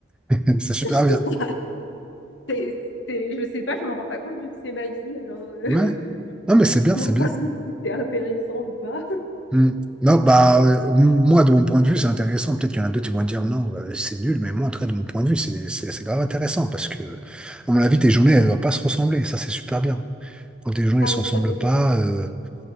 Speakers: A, in the centre; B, on the left (about 70°).
A: <laughs> C'est super
B: <laughs>
A: bien.
B: C'est, c'est- je sais pas, je me rends pas compte vu que c'est ma vie, alors euh, <laughs>
A: Ouais. Non, mais c'est bien,
B: je
A: c'est
B: me rends
A: bien.
B: pas compte si c'est intéressant ou pas.
A: Hmm. Non, bah, euh, m- moi, de mon point de vue, c'est intéressant. Peut-être qu'il y en a d'autres qui vont dire non, euh, c'est nul, mais moi, en tout cas, de mon point de vue, c'est c'est- c'est grave intéressant parce que, à mon avis, tes journées, elles ne doivent pas se ressembler. Ça, c'est super bien. Quand tes journées
B: Ah
A: ne se
B: oui,
A: ressemblent
B: ça c'est moi.
A: pas, euh,